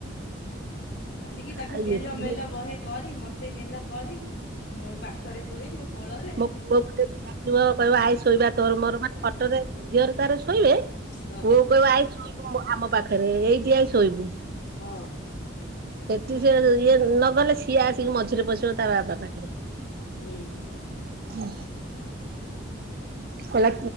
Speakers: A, on the left; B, on the right.
A: ଆସିକି ତାକୁ
B: ଆଉ
A: ଗେଲ
B: ଏତେ
A: ମେଲ ବହେ କରି ମତେ ମୋତେ ଗଲା କରି। ମୋ ପାଖରେ ଶୋଇ ମୋ କୋଳରେ
B: ମୋ ପୁଅ ଗୋଟେିବ କହିବ ଆଇ ଶୋଇବା ତୋର ମୋର ଫଟୋରେ ଝିଅରେ ତାର ଶୋଇବେ।
A: ହଁ
B: ବଉ କହିବ ଆଇଚୁ କି? ଆମ ପାଖରେ ଏଇ ଦିଆ ଶୋଇବୁ।
A: ହଁ।
B: ଏଠୁ ସେ ସିଏ ନ ଗଲେ ସିଏ ଆସିକି ମଝିରେ ପଶିବ ତା ବାପା ପାଖରେ
A: ହୁଁ।
B: ହୁଁ। ହେଲା